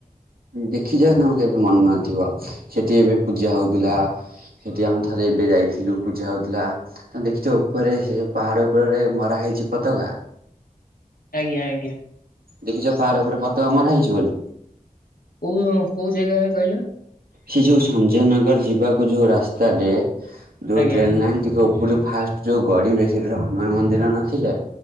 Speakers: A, on the right; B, on the left.
A: ଦେଖିଯ ତାମକୁ ଏବେ ମନ ନଥିବ ସେଠି ଏବେ ପୂଜା ହଉଥିଲା। ସେଠି ଆମେ ଥରେ ଏବେ ଯାଇଥିଲୁ ପୂଜା ହଉଥିଲା। ତ ଦେଖିଛ ଉପରେ ସେ ପାହାଡ ଉପରେରେ ମରା ହେଇ ଜି ପତାକା
B: ଆଜ୍ଞା ଆଜ୍ଞା।
A: ଦେଖିଛ ପାହାଡ ଉପରେ ପତକା ମରାହେଇଛି ବୋଲି।
B: କୋଉ କୋଉ ଜାଗା କହିଲ।
A: ସେ ଯୋଉ ସଞ୍ଜୟନଗର ଯିବାକୁ ଯୋଉ ରାସ୍ତାଟେ ଯୋଉ
B: ଆଜ୍ଞା
A: ଟ୍ରେନଲାଇନ ଟିକେ ଯଉ ଫାଷ୍ଟ ଯୋଉ ଗଡ଼ିବେ ସେଠ ହନୁମାନ ମନ୍ଦିର ନଥିଲେ।